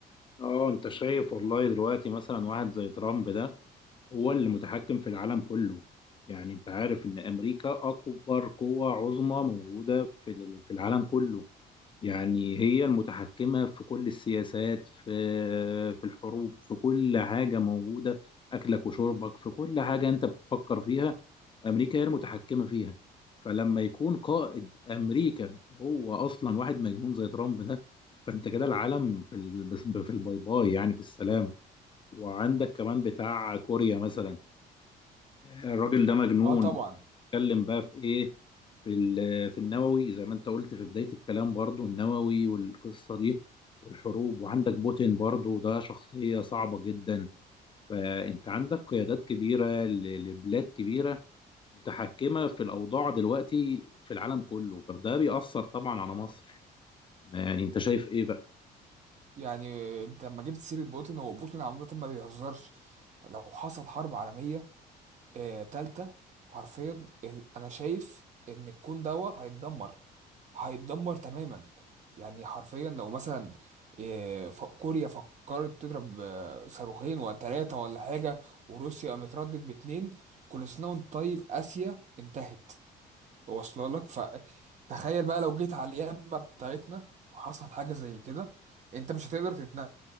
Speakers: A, on the left (about 30°); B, on the right (about 45°).
A: اه انت شايف والله دلوقتي مثلا واحد زي ترامب ده هو اللي متحكم في العالم كله يعني انت عارف ان امريكا اكبر قوة عظمى موجودة في ال- في العالم كله يعني هي المتحكمة في كل السياسات في في الحروب في كل حاجة موجودة اكلك وشربك في كل حاجة انت بتفكر فيها امريكا هي المتحكمه فيها فلما يكون قائد امريكا هو اصلا واحد مجنون زي ترامب ده فانت كده العالم في ال... بس- في الباي باي يعني في السلام وعندك كمان بتاع كوريا مثلا الراجل ده مجنون
B: اه طبعا
A: بيتكلم بقى في ايه في ال... في النووي زي ما انت قلت في بدايه الكلام برضو النووي والقصه دي والحروب وعندك بوتين برضو ده شخصيه صعبه جدا فانت عندك قيادات كبيره ل- لبلاد كبيره متحكمة في الأوضاع دلوقتي في العالم كله فده بيأثر طبعا على مصر يعني أنت شايف إيه بقى؟
B: يعني انت لما جبت سيرة بوتين هو بوتين عامة ما بيهزرش لو حصل حرب عالمية آه، تالتة حرفيا ال- انا شايف ان الكون دوت هيتدمر هيتدمر تماما يعني حرفيا لو مثلا آه، ف- كوريا فكرت تضرب آه، صاروخين ولا تلاتة ولا حاجة وروسيا قامت ردت باتنين كل سنة وانت طيب آسيا انتهت واصلة لك فتخيل بقى لو جيت على اليمة بتاعتنا وحصل حاجة زي كده انت مش هتقدر تتنفس